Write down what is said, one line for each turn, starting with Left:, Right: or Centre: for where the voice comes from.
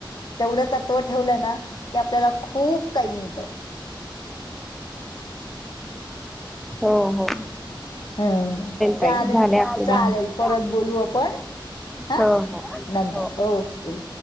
Left: तेवढं तत्त्व ठेवलं ना की आपल्याला खूप काही मिळतं.
Centre: हो हो
Left: हा
Centre: ताई
Left: चालेल
Centre: झाले आपले दहा
Left: चालेल
Centre: मिनिट
Left: परत बोलू आपण हा
Centre: हो हो
Left: नंतर
Centre: हो
Left: ओके.